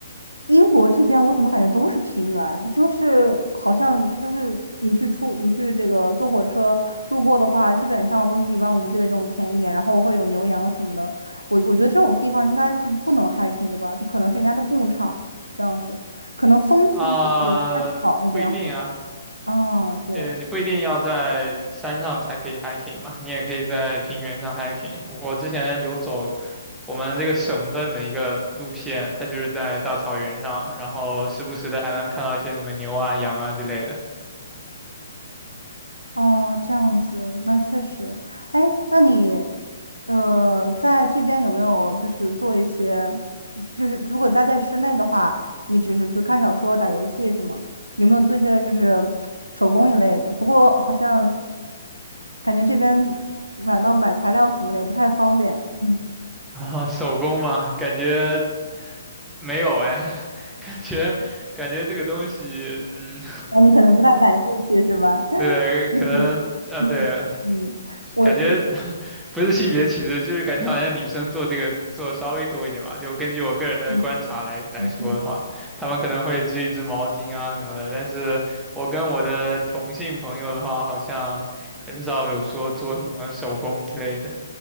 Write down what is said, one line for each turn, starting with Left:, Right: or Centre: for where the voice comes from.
Right: 英国这边我怎么感觉都是平原，就是好像就是你去出你去这个坐火车路过的话，基本上都是一望无际的这种田野，然后会有牛羊什么的。我我觉得这种地方应该是不能 hiking 的吧，就可能是人家的牧场这样子，可能风区估计太草那边会
Centre: 啊，不一定啊，
Right: 啊，对，
Centre: 呃，你不一定要在山上才可以 hiking 嘛，你也可以在平原上 hiking。我之前有走我们这个省份的一个路线，它就是在大草原上，然后时不时的还能看到一些什么牛啊、羊啊之类的。
Right: 哦，这样子，那确实。哎，那你，呃，在这边有没有就是做一些，就是如果待在室内的话，你只是去看小说、打游戏是吗？有没有做一些就是手工一类的？不过好像感觉这边买到买材料什么的也不太方便。嗯，
Centre: <laughs> 啊，手工吗？感觉没有哎，<laughs> 感觉感觉这个东西，嗯，
Right: 我们可能不太感兴趣是吧？
Centre: <laughs>
Right: <laughs>
Centre: 对，可能呃，
Right: 嗯嗯，
Centre: 对，
Right: 我我
Centre: 感觉 <laughs> 不是性别歧视，就是感觉好像女生做这个做得稍微多一点吧。就根据我个人的观察来来说的话，
Right: 嗯嗯，嗯
Centre: 她们可能会织一织毛巾啊什么的，但是我跟我的同性朋友的话，好像很少有说做什么手工之类的，